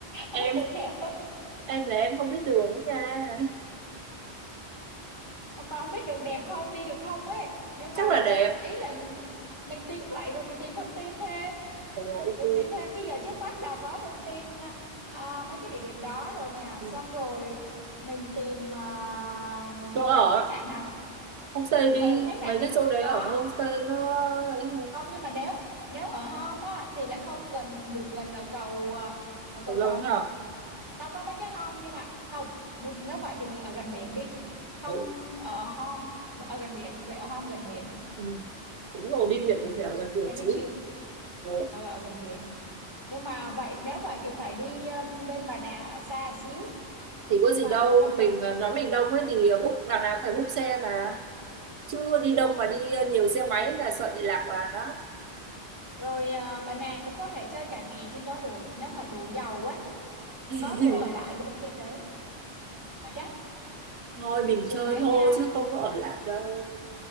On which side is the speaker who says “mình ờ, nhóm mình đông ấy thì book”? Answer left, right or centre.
Right